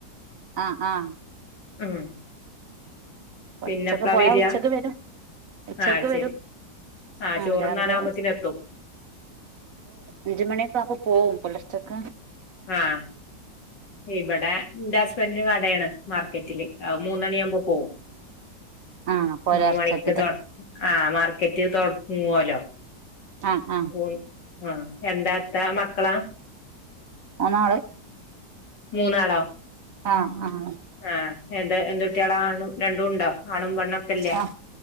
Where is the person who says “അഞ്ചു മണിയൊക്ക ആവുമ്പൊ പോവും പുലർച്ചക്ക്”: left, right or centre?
Right